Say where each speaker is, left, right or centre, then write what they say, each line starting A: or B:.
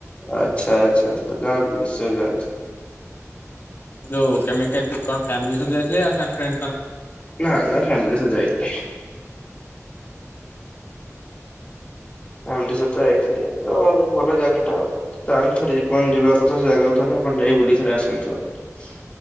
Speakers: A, on the left (about 25°); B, on the left (about 45°).
A: ଆଛା ଆଛା, ଯାଆନ୍ତୁ ନିଶ୍ଚୟ ଯାଆନ୍ତୁ।
B: ଯଉ କେମିତି କଣ ଫ୍ୟାମିଲି ସ ଯାଇଥିଲେ ଆଉ ସା ଫ୍ରେ
A: ନା ନା ଫ୍ୟାମିଲି ସହିତ ଯାଇନି। ଫ୍ୟାମିଲି ସହିତ ଯାଇଥିଲେ ତ ଭଲ ଜାଗା ଟା ଜାହାନେ ଜୀବନ ଯିବା କଥା ସେ ଜାଗାକୁଥରେ। ଆପଣ ଯାଇ ବୁଲିକି ଥରେ ଆସନ୍ତୁ ଆଉ